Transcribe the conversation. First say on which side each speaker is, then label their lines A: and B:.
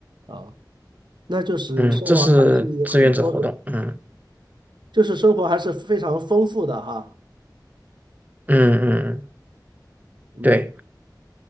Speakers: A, on the right; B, on the right.
A: 好，那就是生活还是有很多的，
B: 嗯，这是志愿者活动，嗯
A: 就是生活还是非常丰富的哈。
B: 嗯嗯，嗯
A: 嗯，
B: 对，